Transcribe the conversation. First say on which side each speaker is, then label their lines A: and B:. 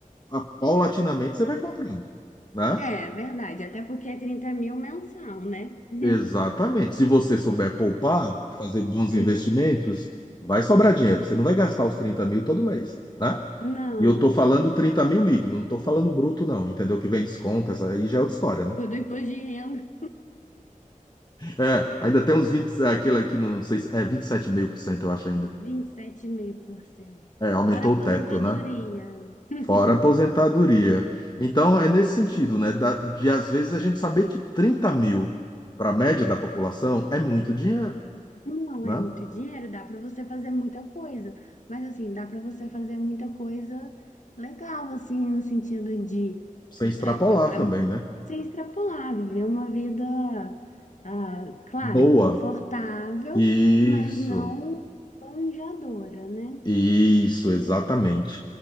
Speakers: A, on the left (about 30°); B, on the left (about 60°).
A: a- paulatinamente você vai comprando, né?
B: É, verdade. Até porque é trinta mil mensal, né? <laughs>
A: Exatamente. Se você souber poupar, fazer bons investimentos,
B: Uhum.
A: vai sobrar dinheiro. Você não vai gastar os 30 mil todo mês, né?
B: Não,
A: E eu tô
B: não.
A: falando 30 mil líquido, não tô falando bruto, não, entendeu? Que vem desconto, essa aí já é outra história, né?
B: Tudo imposto de renda.
A: É, ainda tem uns 20, aquele aqui, não sei se é vinte e sete vírgula cinco por cento eu acho ainda.
B: vinte e sete vírgula cinco por cento
A: É, aumentou
B: Fora a
A: o
B: aposentadoria.
A: teto, né?
B: <laughs>
A: Fora a aposentadoria. Então, é nesse sentido, né? da- de às vezes a gente saber que 30 mil para a média da população é muito dinheiro,
B: Não
A: né?
B: é muito dinheiro, dá para você fazer muita coisa, mas assim, dá para você fazer muita coisa legal, assim, no sentido de
A: Sem extrapolar
B: eh, a-
A: também, né?
B: se extrapolar, viver uma vida, ah, claro,
A: Boa.
B: confortável,
A: Isso,
B: mas não banjadora, né?
A: isso, exatamente.